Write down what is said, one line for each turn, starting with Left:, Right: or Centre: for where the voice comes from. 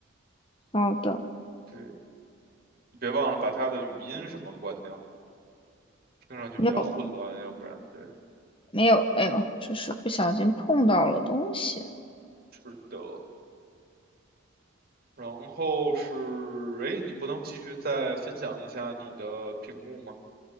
Left: 好的，
Right: 对，你别忘了把它的语音什么关掉，听上去比较混乱，
Left: 没有
Right: 要不然对，
Left: 没有没有，只是不小心碰到了东西。
Right: 是的。然后是，哎，你不能继续再分享一下你的屏幕吗？